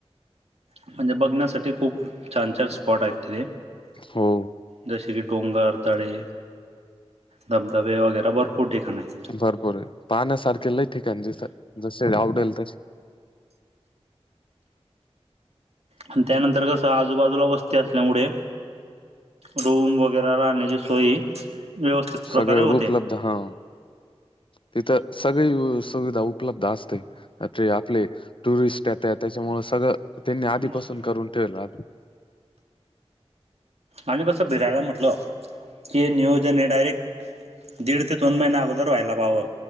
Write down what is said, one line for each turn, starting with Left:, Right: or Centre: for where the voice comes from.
Right: म्हणजे बघण्यासाठी खूप छान छान स्पॉट आहेत तिथे.
Left: हो
Right: जसे की डोंगर तळे धबधबे वगैरे भरपूर ठिकाण आहेत.
Left: भरपूर आहे पाहण्यासारखे लय ठिकाण ज जसे आवडेल तसे
Right: आणि त्यानंतर कसं आजूबाजूला वस्ती असल्यामुळे रूम वगैरे राहण्याची सोय. व्यवस्थित प्रकारे
Left: सगळे
Right: होते
Left: उपलब्ध ह तिथं सगळी सुविधा उपलब्ध असते. ते आपले टुरिस्ट येतेत त्याच्यामुळ सगळं त्यांनी आधीपासून
Right: हं
Left: करून ठेवलं.
Right: आणि कसं भिरायला म्हटलं हे नियोजन हे डायरेक्ट दीड ते दोन महिने अगोदर व्हायला पाहावं.